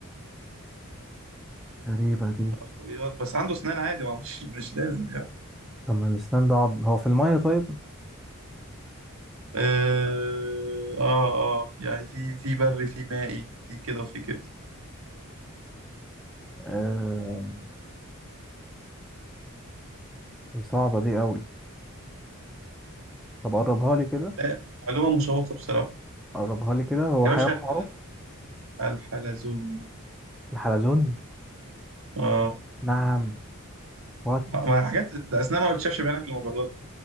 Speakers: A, in the centre; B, on the right.
A: غريبة دي
B: رخويات بس عنده اسنان عادي ما مش مش لازم يعني.
A: طب ما الأسنان ده عض- هو في المية طيب
B: اه اه آه. يعني في في بري في مائي في كده وفي كده
A: آه دي صعبة دي قوي طب قربها لي كده
B: لا معلومة مشوقة بصراحة
A: قربها لي كده هو
B: يا
A: حيوان
B: باشا
A: معروف
B: الح- الحلزون
A: الحلزون
B: اه
A: نعم وات
B: ما حاجات ده أثناء ما بتشافش بعينك المجرد